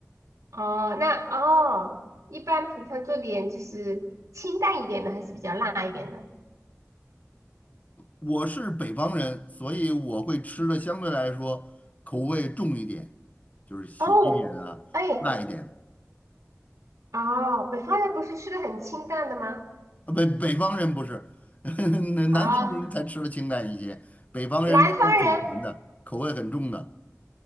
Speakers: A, on the right; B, on the left.
A: 哦，那哦，一般平常做点就是清淡一点的，还是比较辣一点的？
B: 我是北方人，所以我会吃的相对来说口味重一点，就是咸一点啊，
A: 哦，哎，
B: 辣一点。
A: 哦，北方人不是吃的很清淡的吗？
B: 啊，北北方人不是，<laughs>
A: 啊、
B: 南方人才吃的清淡一些，北方人吃的很咸的，
A: 南方人，
B: 口味很重的。